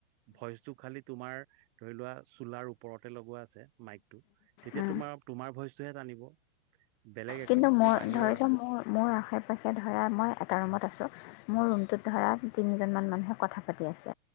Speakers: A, on the right (about 40°); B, on the left (about 40°).
A: ভইচটো খালি তোমাৰ ধৰি লোৱা চোলাৰ ওপৰতে লগোৱা আছে মাইকটো তেতিয়া
B: অঁ
A: তোমাৰ তোমাৰ ভইচটোহে টানিব। বেলেগ একো
B: কিন্তু মই
A: বাহিৰৰ
B: ধৰি লওক মোৰ মোৰ আশে পাশে ধৰা মই এটা ৰুমত আছোঁ। মোৰ ৰুমটোত ধৰা তিনিজনমান মানুহে কথা পাতি আছে